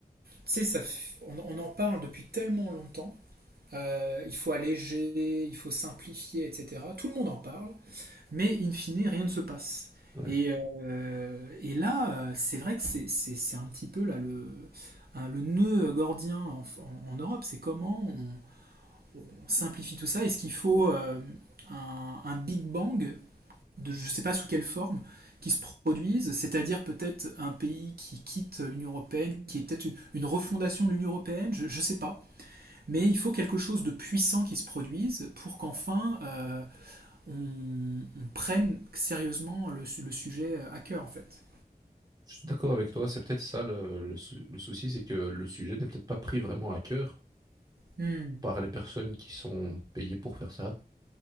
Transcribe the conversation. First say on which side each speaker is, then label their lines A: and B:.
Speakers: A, on the right; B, on the right.
A: sais, ça, f- on, on en parle depuis tellement longtemps euh, il faut alléger, il faut simplifier, etc. Tout le monde en parle, mais in fine, rien ne se passe.
B: Ouais.
A: Et, euh, et là, euh, c'est vrai que c'est- c'est c'est un petit peu là, le, un- le nœud gordien en, en- en Europe, c'est comment on, on simplifie tout ça. Est-ce qu'il faut euh, un, un Big Bang, de, je ne sais pas sous quelle forme, qui se produise, c'est-à-dire peut-être un pays qui quitte l'Union européenne, qui est peut-être une, une refondation de l'Union européenne, je ne sais pas. Mais il faut quelque chose de puissant qui se produise pour qu'enfin euh, on, on prenne sérieusement le, su- le sujet euh, à cœur, en fait.
B: Je suis d'accord avec toi, c'est peut-être ça le, le sou- le souci, c'est que le sujet n'est peut-être pas pris vraiment à cœur
A: Hmm,
B: par les personnes qui sont payées pour faire ça.